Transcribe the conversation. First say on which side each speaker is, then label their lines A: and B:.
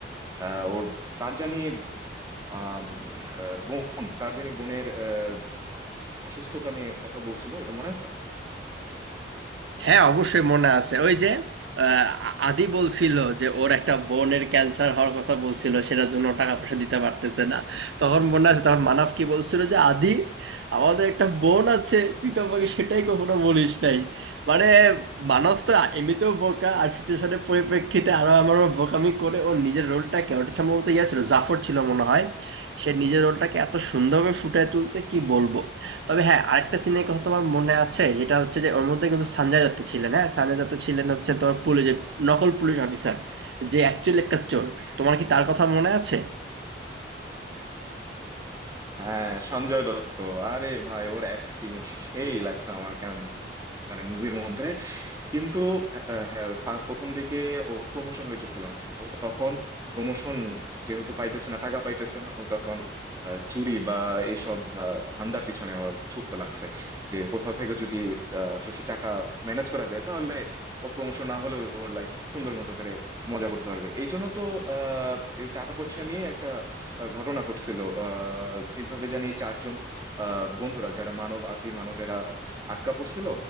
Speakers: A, on the right (about 20°); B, on the right (about 80°).
A: আহ, ওর কার জানি আম, আহ, বোন কার জানি বোনের আহ, অসুস্থতা নিয়ে কথা বলছিল ওটা মনে আছে
B: হ্যাঁ অবশ্যই মনে আছে ওই যে আহ, আদি বলছিল যে ওর একটা বোনের ক্যান্সার হওয়ার কথা বলছিল সেটার জন্য ও টাকা পয়সা দিতে পারতেছে না তখন মনে আছে তখন মানব কি বলছিল যে আদি আমাদের একটা বোন আছে তুই তো আমাকে সেটাই কখনো বলিস নাই মানে মানব তো এমনিতেও বোকা আর সিচুয়েশনের পরিপ্রেক্ষিতে আরো আমার বোকামি করে ওর নিজের রোলটাকে ওটা সম্ভবত ইয়ে ছিল জাফর ছিল মনে হয় সে নিজের রোলটাকে এত সুন্দরভাবে ফুটিয়ে তুলছে কি বলবো তবে হ্যাঁ আরেকটা সিনের কথা আমার মনে আছে যেটা হচ্ছে যে ওর মধ্যে কিন্তু সঞ্জয় দত্ত ছিলেন হ্যাঁ সঞ্জয় দত্ত ছিলেন হচ্ছে তোমার পুলিশ যে নকল পুলিশ অফিসার যে অ্যাকচুয়ালি একটা চোর তোমার কি তার কথা মনে আছে
A: হ্যাঁ সঞ্জয় দত্ত আরে ভাই ওর অ্যাক্টিং সেই লাগছে আমার কেমন মানে মুভির মধ্যে কিন্তু আহ, হ্যাঁ ওই ফা- প্রথম দিকে ওর প্রমোশন হইতেছিল না ও তখন প্রমোশন যেহেতু পাইতেছে না টাকা পাইতেছে না ও তখন আহ, চুরি বা এইসব আহ, ধান্দার পিছনে ওর ছুটতে লাগছে যে কোথাও থেকে যদি আহ, বেশি টাকা ম্যানেজ করা যায় তাহলে ওর প্রমোশন না হলেও ওর লাইফ সুন্দর মতো করে মজা করতে পারবে এই জন্য তো আহ এই টাকা পয়সা নিয়ে একটা আহ, ঘটনা ঘটছিল আহ কিভাবে জানি চারজন আহ বন্ধুরা যারা মানব আদি মানবেরা আটকা পড়ছিল